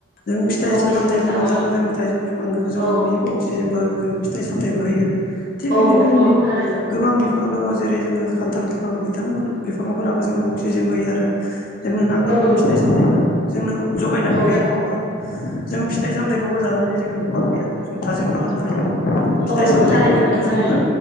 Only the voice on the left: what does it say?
जोङो फिथाइ
सामथायबो
मोनजागोन
जोंनि थाइजौ बिफांखौ जोङो
अक्सिजेनबो जोंनो फिथाइ साम मथाइबो होयो थिग
बिदिनो जोंनि
गोबां बिफां दङ जेरै जोङो खान्थाल बिफां बिथांमोन बिफाङाफोराबो जोंनो अक्सिजेनबोयो आरो जोंनो नांगौ
रखम
फिथाइ सामथबो जोंनो जगायनानै
होयो नङा होमबा जों फिथाइ साम थाइखौबो जानानै जोङो गोबां देहाखौ जों थाजिम खालामनो हायो। फिथाइ
सामथाइनिफ्रायनो
जोङो